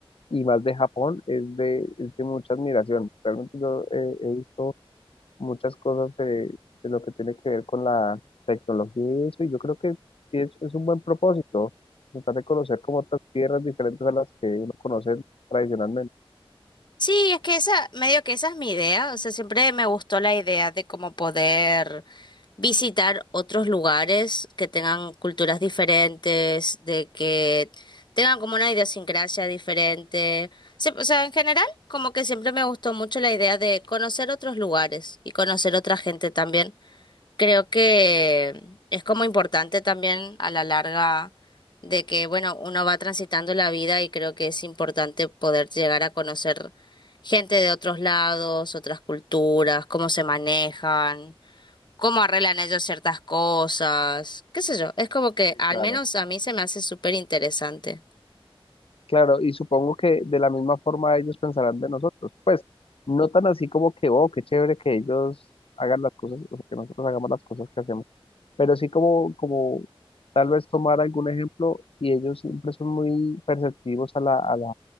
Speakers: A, on the left; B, on the left.
A: y más de Japón es de, es de mucha admiración. Realmente yo eh, he visto muchas cosas de, de lo que tiene que ver con la tecnología y eso, y yo creo que sí es, es un buen propósito, tratar de conocer como otras tierras diferentes a las que uno conoce tradicionalmente.
B: Sí, es que esa, medio que esa es mi idea. O sea, siempre me gustó la idea de cómo poder visitar otros lugares que tengan culturas diferentes, de que tengan como una idiosincrasia diferente. Sí, o sea, en general, como que siempre me gustó mucho la idea de conocer otros lugares y conocer otra gente también. Creo que es como importante también a la larga de que, bueno, uno va transitando la vida y creo que es importante poder llegar a conocer gente de otros lados, otras culturas, cómo se manejan, cómo arreglan ellos ciertas cosas, qué sé yo. Es como que
A: Sí,
B: al
A: Claro,
B: menos a mí se me hace súper interesante.
A: claro, y supongo que de la misma forma ellos pensarán de nosotros, pues no tan así como que, oh, qué chévere que ellos hagan las cosas, o sea, que nosotros hagamos las cosas que hacemos pero sí como, como tal vez tomar algún ejemplo y ellos siempre son muy perceptivos a la, a la,